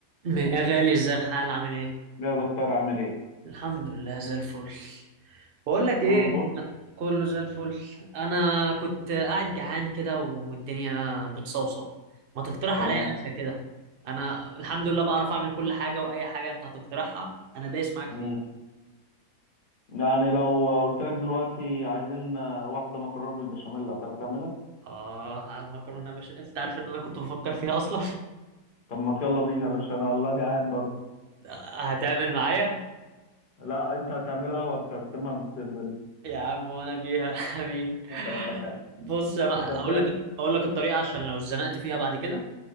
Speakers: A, on the right (about 50°); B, on the left (about 40°).
A: يا غالي ازاي الحال عامل ايه؟
B: يا دكتور عامل ايه
A: الحمد لله زي الفل بقول لك
B: كله
A: ايه
B: فل
A: كله زي الفل انا كنت قاعد جعان كده والدنيا بتصوصو ما تقترح
B: تمام
A: عليا اكله كده انا الحمد لله بعرف اعمل كل حاجه واي حاجه انت هتقترحها انا دايس معاك فيها
B: مم. يعني لو قلت لك دلوقتي عايزين آه، واحده مكرونه بالبشاميل هتعرف تعملها
A: اه على المكرونه يا باشا انت عارف ان انا كنت بفكر فيها اصلا
B: طب ما يلا بينا يا باشا انا والله جعان برضه
A: <laughs> هتعمل معايا
B: لا انت هتعملها وهتقسمها نصين بينا
A: يا عم وانا بيها <laughs> امين
B: <laughs>
A: بص يا ما...
B: طب
A: اقول
B: ماشي
A: لك اقول لك الطريقه عشان لو اتزنقت فيها بعد كده